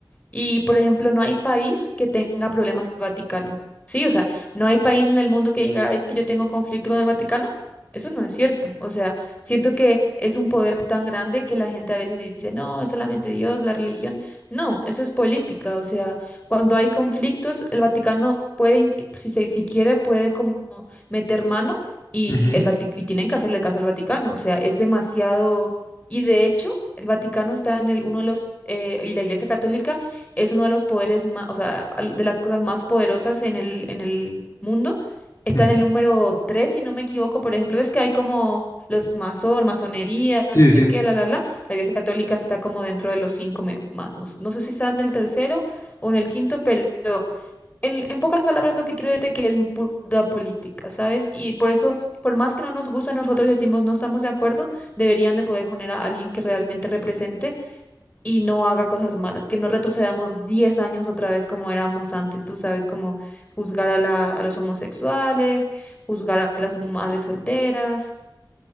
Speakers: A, on the left (about 20°); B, on the left (about 40°).
A: Y, por ejemplo, no hay país que tenga problemas con el Vaticano. Sí, o sea, no hay país en el mundo que diga, es que yo tengo conflicto con el Vaticano. Eso no es cierto. O sea, siento que es un poder tan grande que la gente a veces dice, no, es solamente Dios, la religión. No, eso es política. O sea, cuando hay conflictos, el Vaticano puede, in- si, se- si quiere, puede como meter mano y,
B: ujú,
A: el Vati- y tienen que hacerle caso al Vaticano. O sea, es demasiado... Y de hecho, el Vaticano está en el, uno de los, eh, y la Iglesia Católica es uno de los poderes más, o sea, al- de las cosas más poderosas en el, en el mundo. Está
B: ujú.
A: en el número 3 si no me equivoco. Por ejemplo, ves que hay como los masón, masonería,
B: Sí,
A: no sé
B: sí,
A: qué,
B: Sí.
A: bla, bla, bla. La Iglesia Católica está como dentro de los cinco me- más. No, s- no sé si está en el tercero o en el quinto, pero en, en pocas palabras lo que quiero decirte que es pura política, ¿sabes? Y por eso, por más que no nos gusta a nosotros y decimos no estamos de acuerdo, deberían de poder poner a alguien que realmente represente y no haga cosas malas, que no retrocedamos 10 años otra vez como éramos antes, tú sabes, como juzgar a la, a los homosexuales, juzgar a las madres solteras.